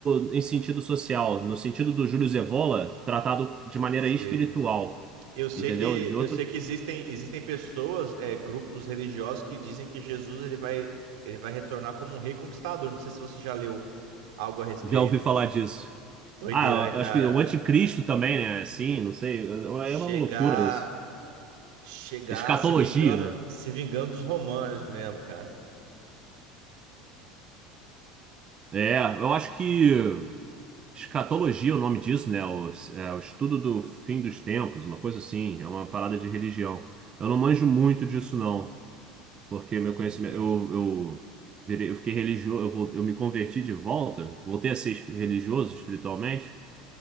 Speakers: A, on the right; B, on the right.
A: do- em sentido social, no sentido do Júlio Evola, tratado de maneira
B: Se-
A: espiritual,
B: Eu sei
A: entendeu?
B: que
A: De outro,
B: eu sei que existem existem pessoas, é, grupos religiosos que dizem que Jesus ele vai ele vai retornar como um rei conquistador. Não sei se você já leu algo a respeito.
A: já ouvi falar disso.
B: Doideira,
A: Ah,
B: né, cara?
A: eu acho que o anticristo também, né? Assim, não sei, é
B: Chegar
A: uma loucura isso.
B: chegar
A: Escatologia,
B: se vingando
A: né?
B: se vingando dos romanos mesmo, cara.
A: É, eu acho que escatologia é o nome disso, né? O, é, o estudo do fim dos tempos, uma coisa assim, é uma parada de religião. Eu não manjo muito disso, não. porque meu
B: É,
A: conhecimento,
B: entendi.
A: eu, eu, virei- eu fiquei religioso, eu, vol- eu me converti de volta, voltei a ser esp- religioso espiritualmente,